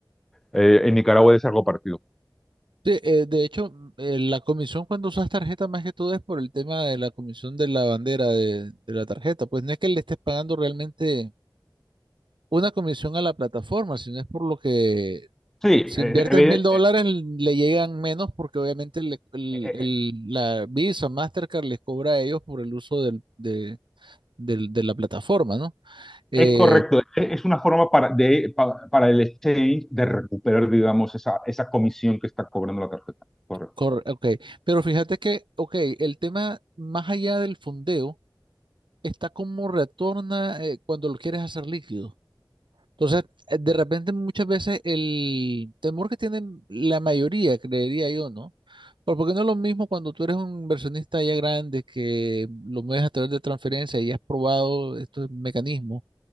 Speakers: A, in the centre; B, on the right (about 80°).
A: eh, en Nicaragua de largo partido.
B: de, eh, de hecho, mm, eh, la comisión cuando usas tarjeta más que todo es por el tema de la comisión de la bandera de, de la tarjeta, pues no es que le estés pagando realmente una comisión a la plataforma, sino es por lo que
A: Sí,
B: si
A: eh,
B: inviertes mil dólares le llegan menos porque obviamente le- el-
A: eh,
B: el- la Visa, Mastercard les cobra a ellos por el uso del- de, del- de la plataforma, ¿no? Eh,
A: es correcto. Es una forma para, de, pa- para el exchange de recuperar, digamos, esa, esa comisión que está cobrando la tarjeta. Correcto.
B: Corre- ok, pero fíjate que, ok, el tema más allá del fondeo está como retorna eh, cuando lo quieres hacer líquido. Entonces, eh, de repente muchas veces el temor que tienen la mayoría, creería yo, ¿no? Pero porque no es lo mismo cuando tú eres un inversionista ya grande que lo mueves a través de transferencia y has probado estos mecanismos,